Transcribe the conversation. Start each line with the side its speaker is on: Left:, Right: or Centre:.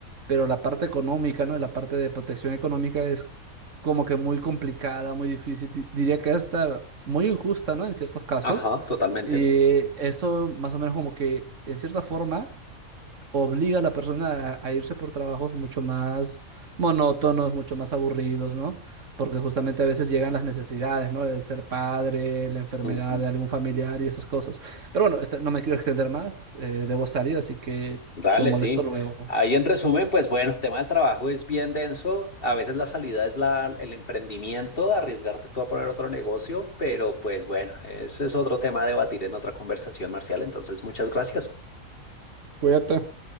Right: pero la parte económica, ¿no? Y la parte de protección económica es como que muy complicada, muy difícil, di- diría que hasta muy injusta, ¿no? En ciertos casos.
Left: Ajá, totalmente.
Right: Y eso más o menos como que, en cierta forma obliga a la persona a, a irse por trabajos mucho más monótonos, mucho más aburridos, ¿no? Porque justamente a veces llegan las necesidades, ¿no? De ser padre, la enfermedad
Left: Ujú.
Right: de algún familiar y esas cosas. Pero bueno, este, no me quiero extender más, eh, debo salir, así que
Left: Dale,
Right: te molesto
Left: sí.
Right: luego.
Left: Ahí en resumen, pues bueno, el tema del trabajo es bien denso. A veces la salida es la, el emprendimiento, arriesgarte tú a poner otro negocio, pero pues bueno, eso es otro tema a debatir en otra conversación, Marcial. Entonces, muchas gracias.
Right: Cuídate.